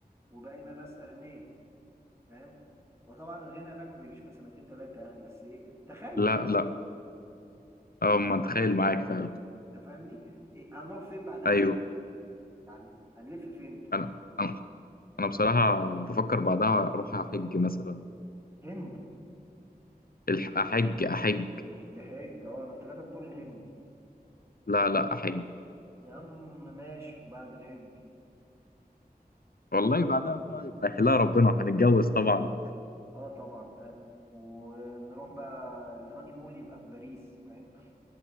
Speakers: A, on the right; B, on the left.
A: وبقينا ناس أغنياء فاهم؟ وطبعا الغنى هناك ما بيجيش من سنتين تلاتة يعني بس إيه تخيل
B: لا لا
A: تخيل
B: أه ما أتخيل معاك فعلا
A: أنت فاهمني؟ إيه هنروح فين بعدها
B: أيوه
A: بقى؟ يعني هنلف فين؟
B: أنا أنا أنا بصراحة بفكر بعدها أروح أحج مثلا
A: هند
B: الح- أحج أحج
A: الحج اه انا افتكرتك بتقول الهند
B: لا لا أحج
A: يا عم ماشي بعد الحج
B: والله بعدها بقى يبقى يحلها ربنا هنتجوز طبعا
A: اه طبعا فاهم ونروح بقى الهاني مول يبقى في باريس فاهم